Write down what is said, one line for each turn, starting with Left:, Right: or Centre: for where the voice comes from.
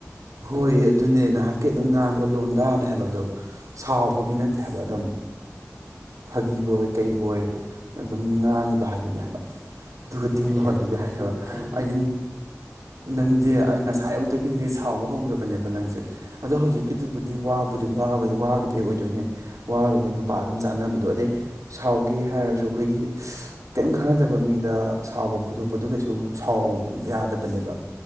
Right: ꯍꯣꯏ ꯑꯗꯨꯅꯦ ꯅꯍꯥꯟꯀꯩ ꯑꯗꯨꯝ ꯉꯥꯡꯕ ꯂꯣꯟꯗꯥꯅꯦ ꯍꯥꯏꯕ ꯑꯗꯣ ꯁꯥꯎꯕꯒꯤ ꯅꯠꯇꯦ ꯍꯥꯏꯕ ꯑꯗꯨꯝ ꯐꯥꯒꯤꯕꯣꯏ ꯀꯩꯕꯣꯏ ꯑꯗꯨꯝ ꯉꯥꯡꯉꯤꯕ ꯍꯥꯏꯗꯨꯅꯦ ꯍꯥꯏꯕ ꯑꯗꯨꯒ ꯇꯤꯡ
Centre: ꯍꯣꯏꯌꯦ
Right: ꯂꯥꯎꯍꯜꯂꯤꯒ
Centre: ꯑꯗꯣ
Right: ꯍꯥꯏ
Centre: ꯁꯨꯝ
Right: ꯍꯥꯏꯕ
Centre: ꯍꯥꯏꯗꯤ
Right: ꯑꯩꯗꯤ ꯅꯪꯗꯤ ꯑꯩ ꯉꯁꯥꯏꯌꯨꯛꯇꯒꯤꯗꯤ ꯁꯥꯎꯕ ꯍꯧꯒ꯭ꯔꯕꯅꯦꯕ ꯅꯪꯁꯦ ꯑꯗꯣ ꯍꯧꯖꯤꯛꯀꯤꯗꯨꯕꯨꯗꯤ ꯋꯥꯕꯨꯗꯤꯕ ꯋꯥꯕ ꯋꯥꯔꯨꯕꯩ ꯑꯣꯏꯗꯣꯏꯅꯦ ꯋꯥꯔꯨꯕꯩ ꯃꯄꯥ ꯑꯗꯨꯝ ꯆꯥꯟꯅꯕꯗꯣ ꯑꯗꯩ ꯁꯥꯎꯒꯦ ꯍꯥꯏꯔꯁꯨ ꯑꯩꯈꯣꯏꯒꯤ ꯀꯔꯤꯝ ꯈꯪꯟꯅꯗꯕ ꯃꯤꯗ ꯁꯥꯎꯕ ꯐꯨꯗꯣꯛꯄꯗꯨ ꯀꯩꯁꯨ ꯁꯥꯎ ꯌꯥꯗꯕꯅꯦꯕ